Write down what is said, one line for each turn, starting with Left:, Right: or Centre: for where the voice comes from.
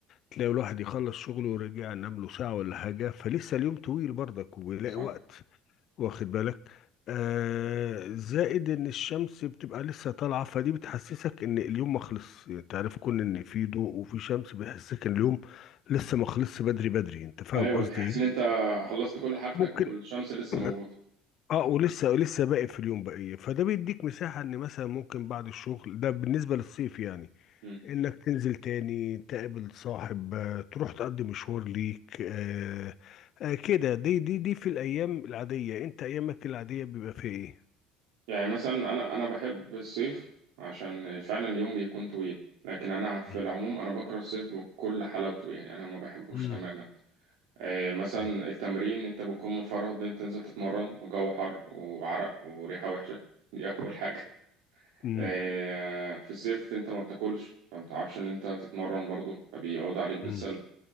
Left: تلاقي الواحد يخلص شغله ورجع نام له ساعة ولا حاجة فلسه اليوم طويل برضك وبيلاقي
Right: صح
Left: وقت واخد بالك آه زائد ان الشمس بتبقى لسه طالعه فدي بتحسسك ان اليوم ما خلص يعني تعرف كون ان في ضوء وفي شمس بيحسسك ان اليوم لسه ما خلصش بدري بدري انت فاهم
Right: ايوه
Left: قصدي
Right: تحس
Left: ايه
Right: ان انت خلصت كل حاجتك
Left: ممكن
Right: والشمس لسه
Left: <clears throat>
Right: موجودة
Left: اه ولسه لسه باقي في اليوم بقيه فده بيديك مساحه ان مثلا ممكن بعد الشغل ده بالنسبه للصيف يعني
Right: مم.
Left: انك تنزل تاني تقابل صاحب آه، تروح تقضي مشوار ليك آه آه كده دي دي دي في الايام العاديه انت ايامك العاديه بيبقى فيها ايه
Right: يعني مثلا انا انا بحب الصيف عشان فعلا اليوم بيكون طويل لكن انا في
Left: مم.
Right: العموم انا بكره الصيف بكل حلاوته يعني انا ما بحبوش
Left: مم.
Right: تماما إيه مثلا
Left: مم.
Right: التمرين انت بتكون مفرهد ان انت تنزل تتمرن وجو حر وعرق وريحة وحشة دي اول حاجة
Left: مم.
Right: آه، في الصيف انت ما بتاكلش فما بتعرفش ان انت تتمرن برضو فبيعود عليك بالسلب
Left: مم.